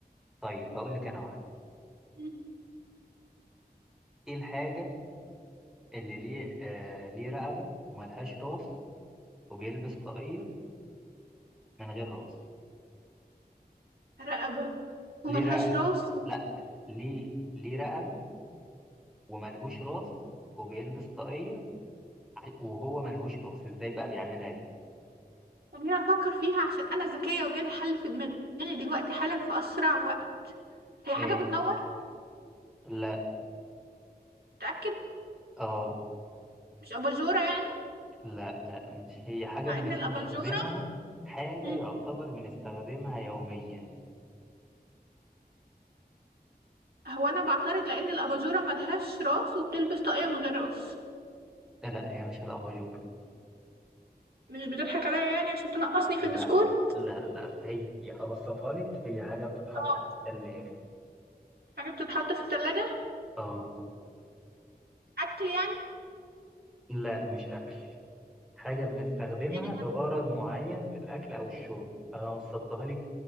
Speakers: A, in the centre; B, on the right (about 75°).
A: طيب هقول لك انا واحده
B: مم.
A: ايه الحاجه اللي ليه آه ليه رقبه وملهاش راس وبيلبس طاقيه من غير راس
B: رقبة وملهاش
A: ليه رقبه
B: راس
A: لا ليه ليه رقبه وملهوش راس وبيلبس طاقيه ع- وهو ملهوش راس ازاي بقى بيعملها دي
B: خليني أفكر فيها عشان أنا ذكية وجالي حل في دماغي دلوقتي حالا في أسرع وقت هي حاجة
A: ايه
B: بتنور
A: لا
B: متأكد
A: اه
B: مش أباجورة يعني
A: لا لا مش هي حاجة
B: مع
A: بنستخدمها
B: إن الأباجورة
A: حاجة
B: مم.
A: يعتبر بنستخدمها يوميا
B: هو أنا بعترض لأن الأباجورة ملهاش راس وبتلبس طاقية من غير راس
A: لا لا هي مش الأباجور
B: مش بتضحك عليا يعني عشان تنقصني
A: لا
B: في السكور
A: لا لا هي يا أبسطها لك هي حاجة بتتحط
B: اه
A: في الثلاجة
B: حاجة بتتحط في التلاجة
A: اه
B: أكل يعني
A: لا مش أكل حاجة بنستخدمها
B: إيه
A: لغرض معين في الأكل أو الشرب أنا وصلتها لك